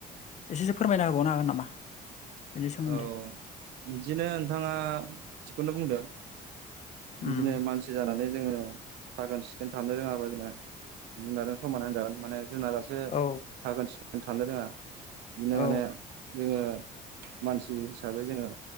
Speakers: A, on the left; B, on the right.
A: एसेसो फोरमायना होबावनो हागोन नामा। बेनि सोमोन्दै?
B: औ बिदिनो नोंथाङा थिगखौनो बुंदों।
A: उम
B: बिदिनो मानसि जानानै जोङो साखोन सिखोन थानो रोङाबा जोङो जुनारजों समान होनजागोन माने जुनारासो
A: औ
B: साखोन सिखोन थानो रोङा बिदिनो
A: औ
B: माने जोङो मानसि हिसाबै जोङो